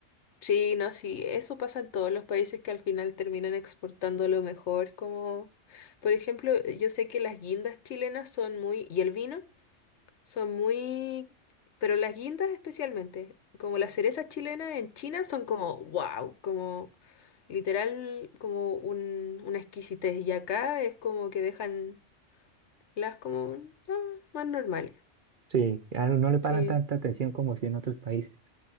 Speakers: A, on the left; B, on the right.
A: Sí, no, sí, eso pasa en todos los países que al final terminan exportando lo mejor, como por ejemplo, yo sé que las guindas chilenas son muy, y el vino Son muy... Pero las guindas especialmente, como las cerezas chilenas en China, son como wow, como literal, como un, una exquisitez. Y acá es como que dejan las como ah, más normales.
B: Sí, a uno no le paran
A: Sí,
B: tanta atención como si en otros países.